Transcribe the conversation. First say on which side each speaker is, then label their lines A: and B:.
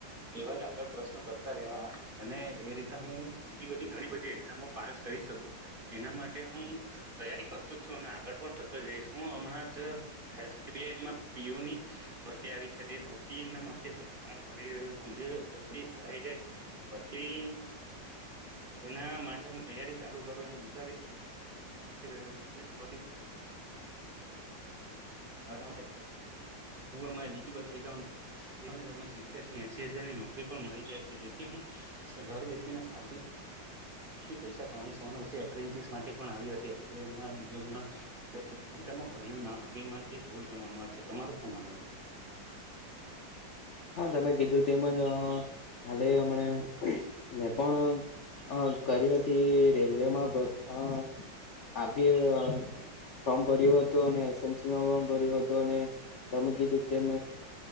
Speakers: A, on the right; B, on the left.
A: એવાજ આગળ પ્રશ્ન કરતા રવા અને એ રીતે હુ, બીજી બધી ઘણી બધી એક્ઝામો પાસ કરી શકું એના માટે હુ તૈયારી કરતો જ છુ. અને આગળ પણ કરતો જઈશ હુ હમણા તો એસ. બી. આઈમાં પી. ઓ ની ભરતી આવી છે, તે ભરતી ના માટે હું ફોર્મ ભરી રહ્યો છુ જે પતી ભરાઈ જાય પછી એના માટે હુ, તૈયારી ચાલુ કરું એમ વિચારી <unintelligible> હ હુ, મા લબલસે જા સ્તને તમે સિત્તેર કે એસી હજારની નોકરી પણ મળી જાય છે, જેથી હુ ઘર બેસીને શાંતિ થી પૈસા કમાઈ સવાનો એપ્રેન્ટિસ માટે પણ આવી હતી, એસ. બી. આમાં બી. ઓ. પીમા એમાં ભર્યું ના હતું એ મારી ભૂલ ગણવામાં આવે છે. તમારું શું માનવુ
B: હા, તમે કીધું તેમજ હાલે હમને મેં પણ કરી હતી, રેલવેમા હ આી ફોર્મ ભર્યું તો ને એસ. મસીમાં ભર્યુ હતો, અને તમે કીધું તેમ